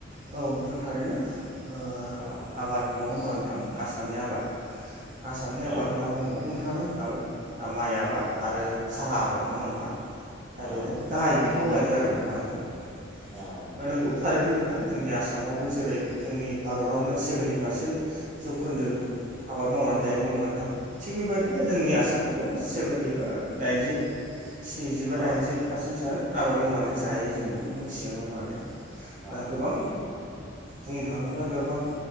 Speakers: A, on the right; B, in the centre.
A: औ नोंथां थारैनो ओ
B: औ
A: आबाद नङा होमबा नोंथां आसामनि आबाद आसामनि आबाद
B: औ
A: होनना बुङोबाथ' नोंथाङानो होनखाबाय ओ माइ आबाद आरो
B: औ
A: साहा आबाद आबाद नङा होमबा नोंथां। दा
B: औ
A: बेनो गाहाय बिफाव लायो आरो नङा होमबा नोंथां? ओ
B: औ नोंथां
A: नंगौ थारैनो नोंथां जोंनि आसामावबो जेरै जोंनि भारत हादरावनो सेभेन्टि पारसेन्ट जौखोन्दो आबाद मावनानै जायो
B: औ
A: नङा होमबा नोंथां थिग बेबायदिनो
B: नंगौ नोंथां
A: जोंनि आसामावबो सेभेन्टि बा दाइनजि स्निजि बा दाइनजि
B: औ
A: पारसेन्टसोआनो आबाद मावनानै जायो जों बेखौ मोनथियो नङा होमबा नोंथां
B: औ
A: गोबां बुंनो थाङोब्ला गोबां